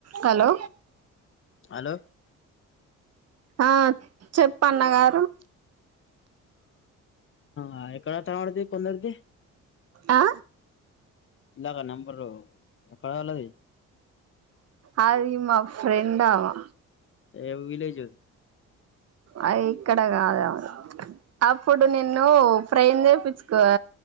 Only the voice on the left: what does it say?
hello
ఆ ఎక్కడ తడిది కొందరిది
ఈయాల నెంబరు ఎక్కడ వాాలది
ఏ విలేజ్